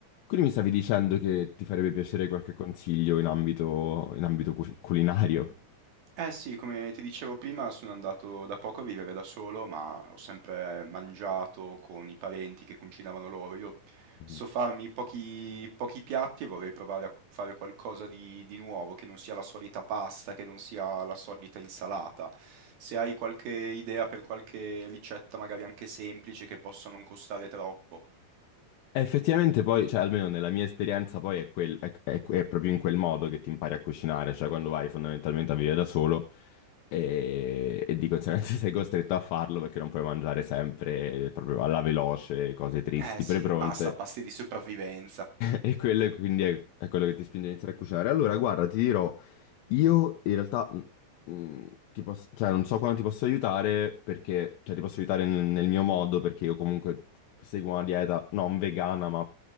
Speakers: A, on the left; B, on the right.
A: Quindi mi stavi dicendo che ti farebbe piacere qualche consiglio in ambito, in ambito cu- culinario?
B: Eh sì, come ti dicevo prima, sono andato da poco a vivere da solo, ma ho sempre mangiato con i parenti che cucinavano loro. Io
A: Mhm.
B: so farmi pochi, pochi piatti e vorrei provare a fare qualcosa di, di nuovo, che non sia la solita pasta, che non sia la solita insalata. Se hai qualche idea per qualche ricetta, magari anche semplice, che possa non costare troppo.
A: E effettivamente poi, cioè almeno nella mia esperienza, poi è, quel- è- è- è proprio in quel modo che ti impari a cucinare, cioè quando vai fondamentalmente a vivere da solo e, e di conseguenza <laughs> sei costretto a farlo perché non puoi mangiare sempre proprio alla veloce, cose tristi,
B: Eh sì,
A: prepronte.
B: basta pasti di sopravvivenza.
A: E quello è- quindi è, è quello che ti spinge a iniziare a cucinare. Allora, guarda, ti dirò, io in realtà mh, mh, ti posso- cioè, non so quando ti posso aiutare perché, cioè, ti posso aiutare nel, nel mio modo perché io comunque seguo una dieta non vegana, ma